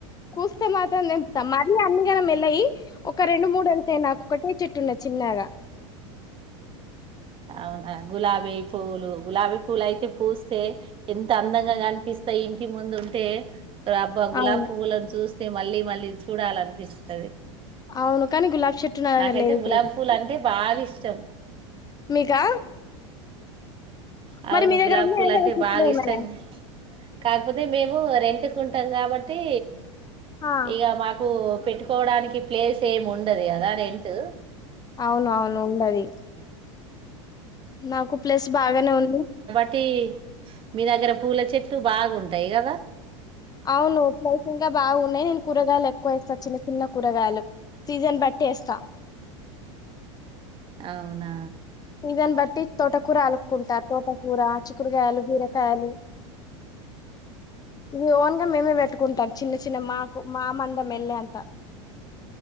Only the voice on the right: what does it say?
అవునా గులాబీ పూలు గులాబీ పూలు అయితే పూస్తే ఎంత అందంగా కనిపిస్తాయి ఇంటి ముందు ఉంటే అబ్బ గులాబీ
పూవ్వులను చూస్త్ అంతే మళ్ళీ మళ్ళీ చూడాలనిపిస్తది
నాకైతే
గులాబ్
పూలు అంటే బాగా ఇష్టం
ఆ
అవును
గులాబ్
పూల్ అంటే
బాగా
ఇష్టం కాకపోతే మేము రెంట్కు ఉంటాం కాబట్టి
ఈగ మాకు పెట్టుకోవడానికి ప్లేస్ ఏం ఉండదు కదా రెంటు
ట్టి మీ దగ్గర పూల చెట్లు బాగుంటాయి కదా
అవునా